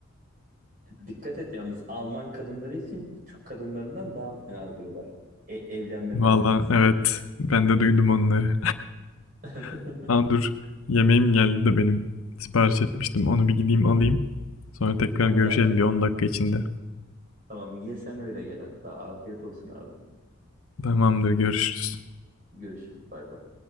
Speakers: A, on the right (about 40°); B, on the left (about 80°).
A: Dikkat et yalnız Alman kadınları için Türk kadınlarından daha fena diyorlar. E, evlenme meraklısı.
B: Valla evet ben de duydum onları.
A: <laughs>
B: <laughs> Aa dur yemeğim geldi de benim. Sipariş etmiştim onu bir gideyim alayım. Sonra tekrar
A: Hatta
B: görüşelim bir 10 dakika içinde.
A: tamam ye sen öyle gel hatta. Afiyet olsun abi.
B: Tamamdır görüşürüz.
A: Görüşürüz bay bay.